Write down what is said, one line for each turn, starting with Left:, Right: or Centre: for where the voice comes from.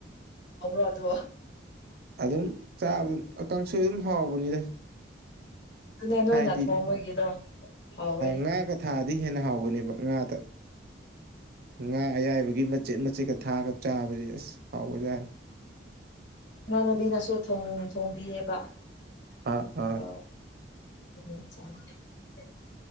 Left: ꯑꯕ꯭ꯔꯣ ꯑꯗꯨ
Right: ꯑꯗꯨꯝ ꯆꯥꯕ ꯀꯥꯡꯁꯣꯏ ꯑꯗꯨꯝ ꯍꯥꯎꯕꯅꯤꯗ
Left: ꯑꯗꯨꯅꯦ ꯅꯣꯏꯅ
Right: ꯍꯥꯏꯗꯤ
Left: ꯊꯣꯡꯕꯒꯤꯗꯣ ꯍꯥꯎꯋꯦ
Right: ꯉꯥꯒ ꯊꯥꯗꯤ ꯍꯦꯟꯅ ꯍꯥꯎꯕꯅꯦꯕ ꯉꯥꯗ ꯉꯥ ꯑꯌꯥꯏꯕꯒꯤ ꯃꯆꯦꯠ ꯃꯆꯦꯠꯀ ꯊꯥꯒ ꯆꯥꯕꯁ ꯑꯁ ꯍꯥꯎꯕꯖꯥꯅꯤ
Left: ꯏꯃꯥꯟꯅꯨꯕꯤꯅꯁꯨ ꯊꯣꯡꯕꯤꯌꯦꯕ ꯑꯗꯣ
Right: ꯑꯥ ꯑꯥ
Left: ꯑꯣ ꯆ <unintelligible> <inaudible>